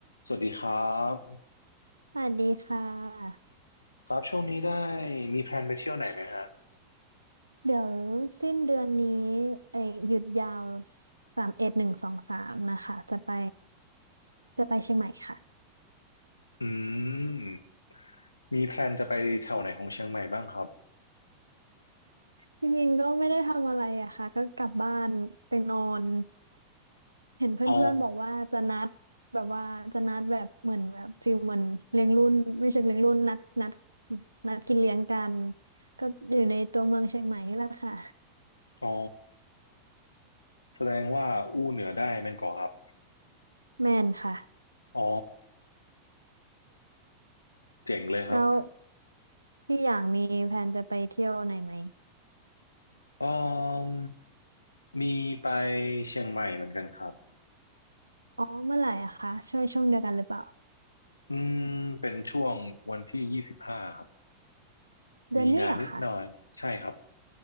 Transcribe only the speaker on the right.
สวัสดีค่ะ
เดี๋ยวสิ้นเดือนนี้เอ้ยหยุดยาวสามเอ็ดหนึ่งสองสามนะคะจะไปจะไปเชียงใหม่ค่ะ
จริงๆก็ไม่ได้ทำอะไรอะค่ะก็กลับบ้านไปนอนเห็นเพื่อนๆบอกว่าจะนัดแบบว่าจะนัดแบบเหมือนแบบฟิลเหมือนเลี้ยงรุ่นไม่ใช่เลี้ยงรุ่นนัดนัด
นัดกินเลี้ยงกันก็อยู่ในตัวเมืองเชียงใหม่นี่แหละค่ะ
แม่นค่ะ
แล้วพี่อย่างมีแผนจะไปเที่ยวไหนไหม
อ๋อเมื่อไหร่อะคะช่วยช่วงเดียวกันหรือเปล่า
เดือนนี้เหรอะคะ